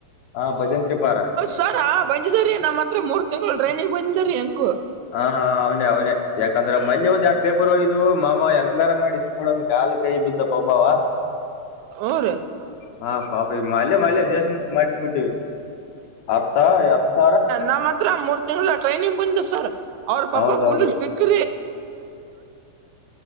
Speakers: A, on the left; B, on the right.
A: ಹಾ ಭಜನ್ತ್ರಿಪಾರ
B: ಸರ್ ಬಂದಿದ ರೀ ನಮ್ಮ ಹತ್ರ ಮೂರ್ ತಿಂಗಂಗಳು ಟ್ರೇನಿಂಗ ಬಂದಿದ್ರೀ ಅಕು
A: ಹಾ ಹಾ ಅವನೆ ಅವ್ನೆ ಯಾಕಂದ್ರೆ ಮೊನ್ನೆ ಒಂದ್ ಎರಡ್ ಪೇಪರ್ ಹೋಗಿದ್ವು ಮಾಮ ಹೆಂಗಾರ ಮಾಡಿ ಇತ್ತುಕಡಂದ ಕಾಲ ಕೈ ಬಿದ್ದ ಪಾಪ ಅವ
B: ಹು ರಿ
A: <unintelligible>
B: ನಮ್ಮ್ ಹತ್ರ ಮೂರ್ ತಿಂಗಳ ಟ್ರೈನಿಂಗ್ ಬಂದ ಸರ್ ಅವ್ರ ಪಾಪ
A: ಹೌದೌದು
B: ಫುಲ್ ಸ್ಟ್ರಿಕ್ಟ್